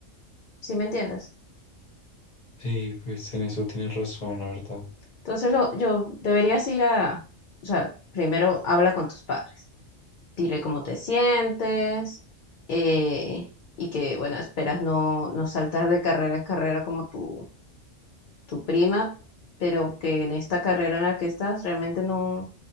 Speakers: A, on the left; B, on the left.
A: ¿Sí me entiendes?
B: Sí, pues en eso tienes razón, la verdad.
A: Entonces lo, yo deberías ir a, o sea, primero habla con tus padres, dile cómo te sientes eh, y que, bueno, esperas no, no saltar de carrera en carrera como tú tu prima, pero que en esta carrera en la que estás realmente no,